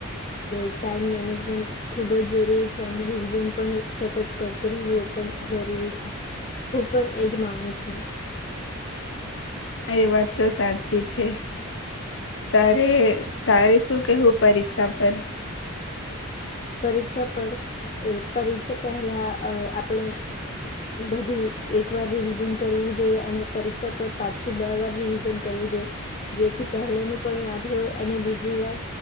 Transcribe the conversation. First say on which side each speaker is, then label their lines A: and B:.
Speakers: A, on the left (about 30°); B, on the left (about 55°).
A: ટાઈમ મેનેજમેન્ટ ખૂબ જ જરૂરી છે અને રિઝન પણ સતત કરતો રહેવું પણ જરૂરી છે. હું પણ એજ માનું છું.
B: એ વાત તો સાચી છે. તારે તારે શું કેવું પરીક્ષા પર?
A: પરીક્ષા પર પરીક્ષા પહેલા અ આપણે બધું એક વાર રિવિઝન કરવું જોઈએ અને પરીક્ષા પર પાંછ છું બે વાર રિવિઝન કરવું જોઈએ જેથી પહેલે ન પણ યાદ હોય અને બીજી વાર